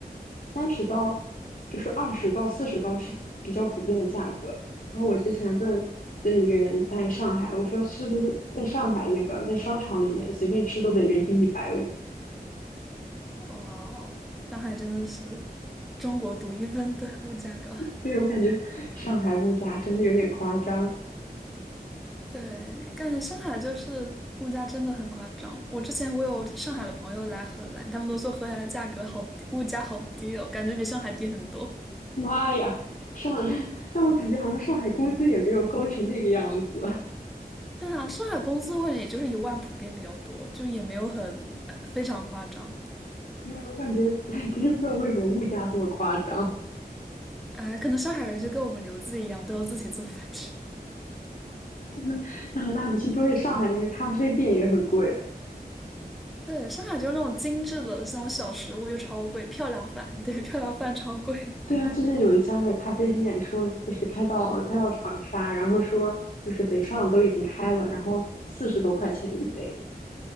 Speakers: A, on the left; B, in the centre.
A: 三十刀，就是二十到四十刀是比较普遍的价格。然后我之前问问一个人在上海，我说是不是在上海那个在商场里面随便吃都得人均一百五？
B: <laughs> 哇哦，上海真的是中国独一份的物价高。
A: 以我感觉 <laughs> 上海物价真的有点夸张。
B: 对，感觉上海就是物价真的很夸张。我之前我有上海的朋友来荷兰，他们都说荷兰的价格好低，物价好低哦，感觉比上海低很多。
A: 妈呀，上，<laughs> 但我感觉好像上海工资也没有高成那个样子。
B: 对啊，上海工资会也就是一万普遍比较多，就也没有很非常夸张。
A: 没有，我感觉 <laughs> 真是不知道为什么物价这么夸张，
B: 哎，可能上海人就跟我们留子一样，都要自己做饭吃。
A: <laughs> 那那那不清楚。而且上海那个咖啡店也很贵。
B: 对，上海就是那种精致的那种小食物就超贵，漂亮饭，<laughs> 对，漂亮饭超贵。
A: 对啊，就是有一家的咖啡店说，就是开到开到长沙，然后说就是北上都已经开了，然后四十多块钱一杯。